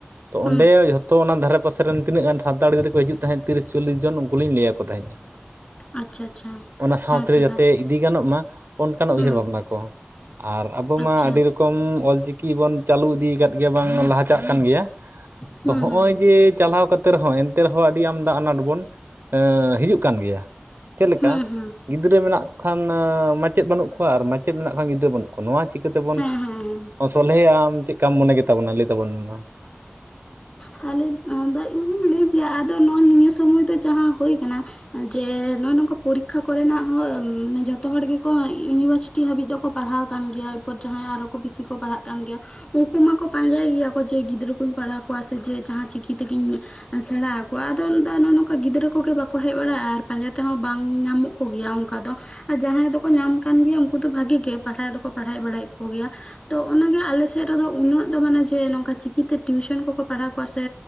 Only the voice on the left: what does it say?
ᱦᱩᱸ
ᱟᱪᱪᱷᱟ ᱟᱪᱪᱷᱟ᱾
ᱦᱮᱸ ᱛᱚ
ᱫᱟ
ᱦᱩᱸ
ᱟᱪᱪᱷᱟ
ᱦᱩᱸ
ᱦᱩᱸ
ᱦᱩᱸ ᱦᱩᱸ
ᱦᱮᱸ ᱦᱮᱸ ᱦᱮᱸ
ᱛᱟᱦᱚᱞᱮ ᱟᱫᱚ ᱤᱧ ᱦᱚᱸᱧ ᱞᱟᱹᱭ ᱜᱮᱭᱟ ᱟᱫᱚ ᱱᱚᱜᱚᱭ ᱱᱤᱭᱟᱹ ᱥᱚᱢᱚᱭ ᱫᱚ ᱡᱟᱦᱟᱸ ᱦᱳᱭ ᱠᱟᱱᱟ ᱡᱮ ᱱᱚᱜᱼᱚᱭ ᱱᱚᱝᱠᱟ ᱯᱚᱨᱤᱠᱠᱷᱟ ᱠᱚᱨᱮᱱᱟᱜ ᱦᱚᱸ ᱡᱚᱛᱚ ᱦᱚᱲ ᱜᱮᱠᱚ ᱤᱭᱩᱱᱤᱵᱷᱟᱨᱥᱤ ᱴᱤ ᱦᱟᱹᱵᱤᱡ ᱫᱚᱠᱚ ᱯᱟᱲᱦᱟᱣ ᱟᱠᱟᱱ ᱜᱮᱭᱟ ᱮᱨᱯᱚᱨ ᱡᱟᱦᱟᱸᱭ ᱟᱨᱚ ᱠᱚ ᱵᱤᱥᱤ ᱠᱚ ᱯᱟᱲᱦᱟᱜ ᱠᱟᱱ ᱜᱮᱭᱟ᱾ ᱩᱱᱠᱩ ᱢᱟᱠᱚ ᱯᱟᱸᱡᱟᱭ ᱜᱮᱭᱟ ᱠᱚ ᱡᱮ ᱜᱤᱫᱽᱨᱟᱹ ᱠᱚᱧ ᱯᱟᱲᱦᱟᱣ ᱠᱚᱣᱟ ᱥᱮ ᱡᱮ ᱡᱟᱦᱟᱸ ᱪᱤᱠᱤ ᱛᱮᱜᱤᱧ ᱥᱮᱬᱟ ᱟᱠᱚᱣᱟ ᱟᱫᱚ ᱱᱚᱜᱼᱚ ᱱᱚᱝᱠᱟ ᱜᱤᱫᱽᱨᱟᱹ ᱠᱚᱜᱮ ᱵᱟᱠᱚ ᱦᱮᱡ ᱵᱟᱲᱟᱜᱼᱟ ᱟᱨ ᱯᱟᱸᱡᱟ ᱛᱮᱦᱚᱸ ᱵᱟᱝ ᱧᱟᱢᱚᱜ ᱠᱚ ᱜᱮᱭᱟ ᱚᱱᱠᱟ ᱫᱚ ᱟᱨ ᱡᱟᱦᱟᱸᱭ ᱫᱚᱠᱚ ᱧᱟᱢ ᱠᱟᱱ ᱜᱮᱭᱟ ᱩᱱᱠᱩ ᱫᱚ ᱵᱷᱟᱜᱮ ᱜᱮ ᱯᱟᱲᱦᱟᱜ ᱫᱚᱠᱚ ᱯᱟᱲᱦᱟᱣ ᱵᱟᱲᱟᱭᱮᱫ ᱠᱚᱜᱮᱭᱟ᱾ ᱛᱚ ᱚᱱᱟᱜᱮ ᱟᱞᱮ ᱥᱮᱫ ᱨᱮᱫᱚ ᱩᱱᱟᱹᱜ ᱫᱚ ᱢᱟᱱᱮ ᱡᱮ ᱱᱚᱝᱠᱟ ᱪᱤᱠᱤᱛᱮ ᱴᱤᱭᱩᱥᱚᱱ ᱠᱚᱠᱚ ᱯᱟᱲᱦᱟᱣ ᱠᱚᱣᱟ ᱥᱮ